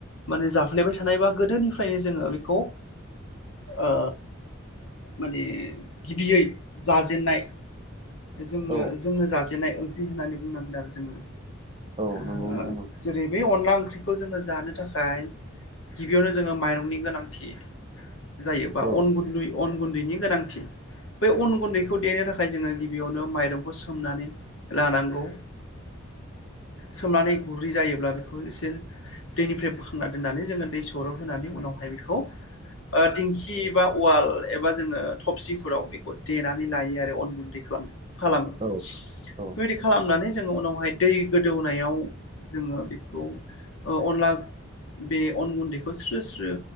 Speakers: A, on the left; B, on the right.
A: माने जाफ्लेबाय थानाय बा गोदोनिफ्रायनो जोङो बेखौ ओ माने गिबियै जाजेननाय जोंनो
B: औ
A: जोंनो जाजेननाय ओंख्रि होननानै बुंनांगोन आरो जोङो
B: औ
A: ओ
B: नंगौ नोंथां नंगौ
A: जेरै बे अनला ओंख्रिखौ जोङो जानो थाखाय गिबियावनो जोङो माइरंनि गोनांथि। जायो बा
B: औ
A: अन गुन्दै अन गुन्दैनि गोनांथि। बै अन गुन्दैखौ देनो थाखाय जोङो गिबियावनो माइरंखौ सोमनानै लानांगौ। सोमनानै गुरै जायोब्ला बेखौ एसे दैनिफ्राय बोखांना दोननानै जोङो दै सौर'होनानै उनावहाय बेखौ ओ दिंखि बा उवाल एबा जोङो थबसिफोराव बेखौ देनानै लायो आरो अन गुन्दैखौ। खालामो
B: औ
A: बेबायदि
B: औ
A: खालामनानै जोङो उनावहाय दै गोदौनायाव जोङो बेखौ ओ अनला बे अन गुन्दैखौ स्रो स्रो